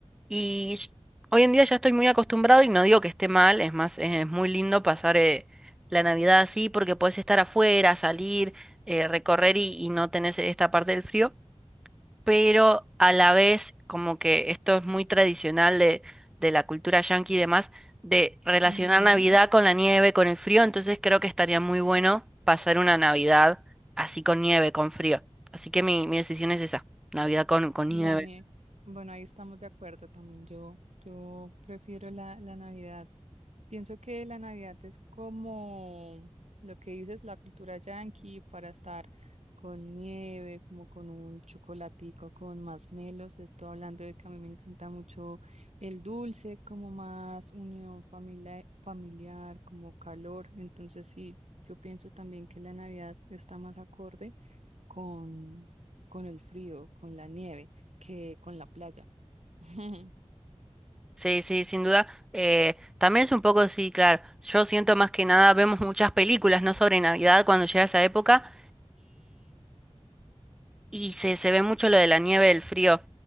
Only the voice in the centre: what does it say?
Y sh- hoy en día ya estoy muy acostumbrado y no digo que esté mal, es más, es, muy lindo pasar eh, la Navidad así porque podés estar afuera, salir, eh, recorrer y, y no tenés esta parte del frío pero a la vez, como que esto es muy tradicional de, de la cultura yankee y demás, de relacionar
Navidad con la nieve, con el frío, entonces creo que estaría muy bueno pasar una Navidad así con nieve, con frío. Así que mi, mi decisión es esa, Navidad con, con nieve.
Sí, sí, sin duda. Eh, también es un poco, sí, claro, yo siento más que nada, vemos muchas películas, ¿no? sobre Navidad cuando llega esa época. Y se, se ve mucho lo de la nieve, el frío.